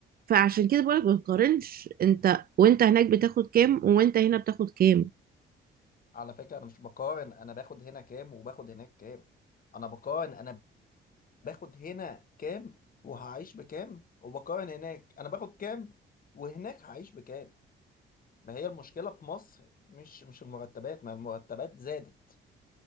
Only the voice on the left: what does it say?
على فكرة أنا مش بقارن أنا باخد هنا كام وباخد هناك كام أنا بقارن أنا باخد هنا كام وهعيش بكام وبقارن هناك أنا باخد كام وهناك هعيش بكام ما هي المشكلة في مصر مش مش المرتبات ما المرتبات زادت